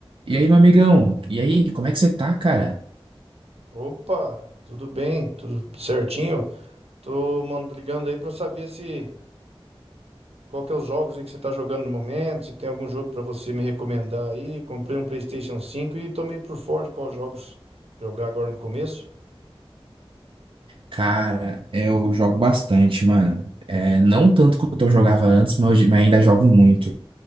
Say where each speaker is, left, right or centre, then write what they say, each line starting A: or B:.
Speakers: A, on the right; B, on the right.
A: E aí, meu amigão? E aí, como é que você tá, cara?
B: Opa, tudo bem? Tudo certinho? Tô mand- ligando aí pra saber se qual que é os jogos aí que você tá jogando no momento, se tem algum jogo pra você me recomendar aí. Comprei um PlayStation cinco e tô meio por fora de quais jogos jogar agora no começo.
A: Cara, eu jogo bastante, mano. É, não tanto quanto eu jogava antes, mas, hoje- mas ainda jogo muito.